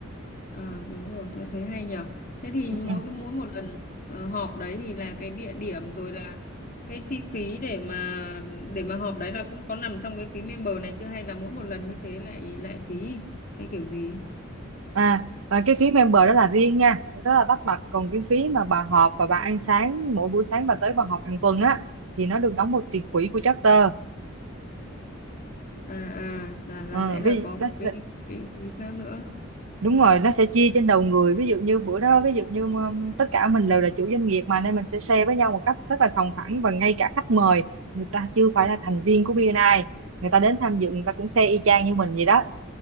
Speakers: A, on the left; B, on the right.
A: à, đúng rồi tôi thấy hay nhở thế thì
B: ừ.
A: mỗi cái mỗi một lần ờ, họp đấy thì là cái địa điểm rồi là cái chi phí để mà để mà họp đấy là cũng có nằm trong cái phí member này chưa hay là mỗi một lần như thế lại lại phí hay kiểu gì
B: À, và cái phí member đó là riêng nha, rất là tách bạch. Còn cái phí mà bà họp và bà ăn sáng, mỗi buổi sáng bà tới bà họp hàng tuần á, thì nó được đóng một tiền quỹ của chapter.
A: à à là
B: Ừ,
A: là sẽ là
B: ví,
A: có
B: đó,
A: một cái
B: đó,
A: cái phí khác nữa
B: đúng rồi, nó sẽ chia trên đầu người. Ví dụ như bữa đó, ví dụ như um, tất cả mình đều là chủ doanh nghiệp mà, nên mình sẽ share với nhau một cách rất là sòng phẳng. Và ngay cả khách mời, người ta chưa phải là thành viên của BNI, người ta đến tham dự, người ta cũng share y chang như mình vậy đó.